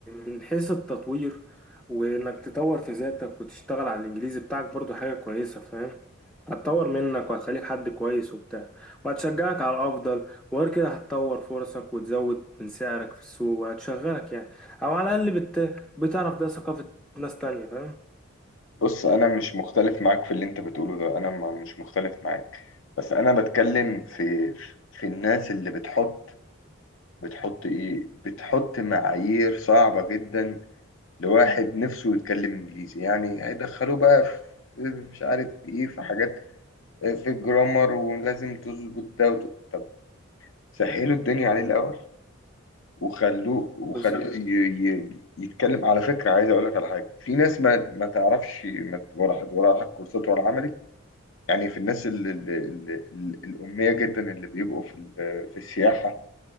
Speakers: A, in the centre; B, on the left.
A: من حيث التطوير وانك تطور في ذاتك وتشتغل على الانجليزي بتاعك برضو حاجة كويسة فاهم هتطور منك وهتخليك حد كويس وبتاع وهتشجعك على الافضل وغير كده هتطور فرصك وتزود من سعرك في السوق وهتشغلك يعني او على الاقل بت... بتعرف بيها ثقافة ناس تانية فاهم
B: بص انا مش مختلف معاك في اللي انت بتقوله ده انا ما- مش مختلف معاك بس انا بتكلم في في الناس اللي بتحط بتحط ايه بتحط معايير صعبة جدا لواحد نفسه يتكلم انجليزي يعني هيدخلوه بقى في مش عارف في ايه في حاجات في الجرامر ولازم تظبط ده وت... طب سهلوا الدنيا عليه الاول وخلوه وخلوه
A: بس
B: ي... ي... يتكلم على فكره عايز اقول لك على حاجه في ناس ما ما تعرفش ما ت- ولا حد ولا على كورسات ولا عملت يعني في الناس ال... ال... ال... ال... الاميه جدا اللي بيبقوا في ال... في السياحه